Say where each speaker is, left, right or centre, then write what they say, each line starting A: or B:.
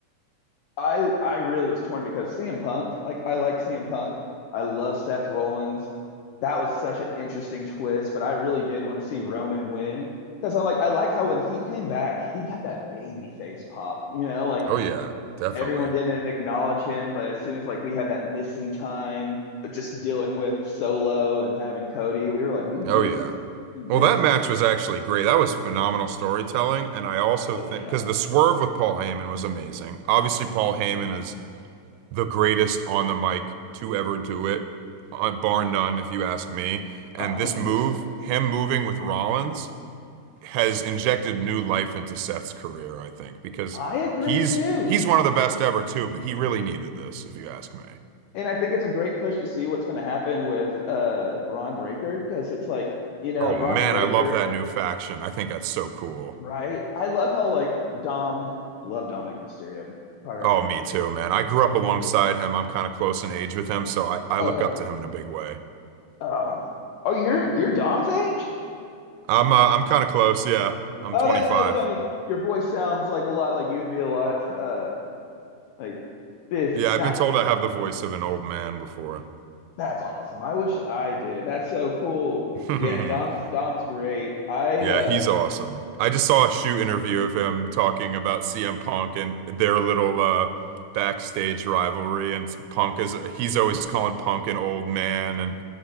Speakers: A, on the left (about 80°); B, on the right (about 85°).
A: I I really was torn because CM Punk, like I like CM Punk. I love Seth Rollins. That was such an interesting twist, but I really did want to see Roman win because I'm like I like how when he came back, he got that baby face pop, you know, like
B: Oh, yeah, definitely.
A: everyone didn't acknowledge him, but as soon as like we had that missing time uh, just dealing with Solo and having Cody, we were like we miss
B: Oh, yeah.
A: we miss.
B: Well, that match was actually great. That was phenomenal storytelling. And I also
A: Oh
B: think,
A: yeah.
B: because the swerve with Paul Heyman was amazing. Obviously, Paul Heyman is the greatest on the mic to ever do it, uh, bar none, if you ask me. And
A: A hundred
B: this move,
A: percent.
B: him moving with Rollins, has injected new life into Seth's career, I think, because
A: I agree
B: he's
A: too.
B: he's one of the best ever too, but he really needed this, if you ask me.
A: and I think it's a great push to see what's going to happen with uh Bron Breaker because it's like you know
B: Oh
A: Bron
B: man,
A: Breaker,
B: I love that new faction. I think that's so cool.
A: right? I love how like Dom, I love Dominic Mysterio, probably
B: Oh,
A: right now my
B: me
A: favorite.
B: too, man. I grew up alongside him. I'm kind of close in age with him, so I, I
A: Oh
B: look
A: heck
B: up
A: yeah!
B: to him in a big way.
A: Oh, oh you're you're Dom's age?
B: I'm uh, I'm kind of close, yeah. I'm
A: Oh,
B: 25.
A: that's so funny. Your voice sounds like a lot like you would be a lot uh like fifty
B: Yeah,
A: not
B: I've been told
A: fifth.
B: I have the voice of an old man before.
A: That's awesome. I wish I did. That's so cool.
B: <laughs>
A: Yeah, Dom's Dom's great. I
B: Yeah,
A: uh
B: he's awesome. I just saw a shoot interview of him talking about CM Punk and their little uh backstage rivalry and Punk is he's always calling Punk an old man and